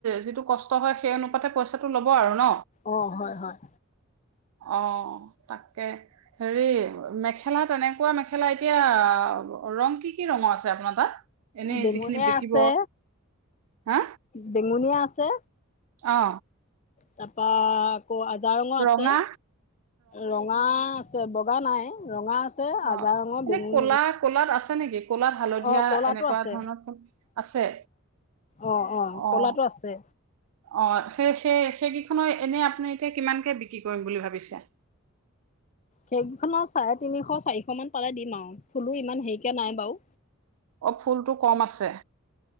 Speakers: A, on the right; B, on the left.
A: যিটো কষ্ট হয় সেই অনুপাতে পইচাটো ল'ব আৰু ন
B: অ হয় হয়
A: অ তাকে হেৰি মেখেলা তেনেকুৱা মেখেলা এতিয়া ৰং কি কি ৰঙৰ আছে আপোনাৰ তাত এনেই
B: বেঙুনিয়া
A: যিখিনি বিকিব
B: আছে
A: হা
B: বেঙুনিয়া আছ আছে
A: অ
B: তা পা ক আজা ৰঙৰ
A: ৰঙা
B: আছে ৰঙা আছে বগা নাই ৰঙা আছে
A: অ
B: আজাৰ ৰঙৰ
A: এনে
B: বেঙুন
A: কলা কলাত আছ নেকি কলাত হালধীয়া
B: অ কলাটো
A: এনেকুৱা
B: আছে
A: ধৰণৰ ফোন আছে
B: অ কলাটো
A: অ
B: আছে
A: অ সেই সেই সেই কেইখনো এনে আপুনি এতিয়া কিমানকে বিক্ৰী কৰিম বুলি ভাবিছে
B: সেইকেইখন চাৰে তিনিশ চাৰিশ মান তালে দিম আৰু ফুলো ইমান হেৰিকে নাই বাৰু
A: অ ফুলটো কম আছে